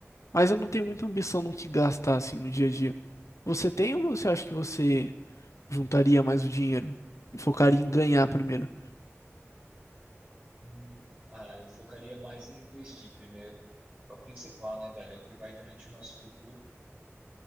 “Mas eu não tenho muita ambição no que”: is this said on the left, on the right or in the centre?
Left